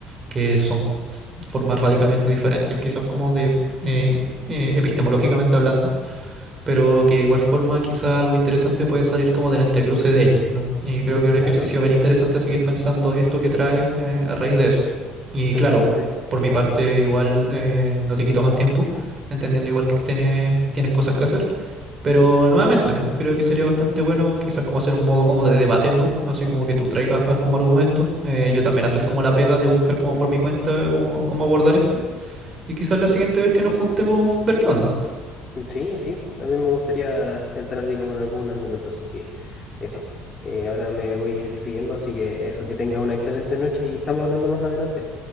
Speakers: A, on the right (about 30°); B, on the left (about 25°).
A: Que son f- formas radicalmente diferentes, quizás como de, eh, eh, epistemológicamente hablando pero que de igual forma quizá algo interesante puede salir como del entrecruce de ellos, ¿no? Y creo
B: Mm,
A: que es un
B: Claro,
A: ejercicio bien interesante seguir pensando esto que traes eh, a raíz de eso. Y
B: exactamente.
A: claro, por mi parte igual eh, no te quito más tiempo, entendiendo igual que tienes, tienes cosas que hacer, pero nuevamente, ¿no? Creo que sería bastante bueno quizás como hacer un modo como de debate, ¿no? Así como que tú traigas como argumento, eh, yo también hacer como la pega de buscar como por mi cuenta cómo, cómo abordar esto, y quizás la siguiente vez que nos juntemos ver qué onda.
B: Sí, sí, a mí me gustaría entrar, digamos, en algún argumento, así que eso. Eh, ahora me voy despidiendo, así que eso, que tengas una excelente noche y estamos hablando más adelante.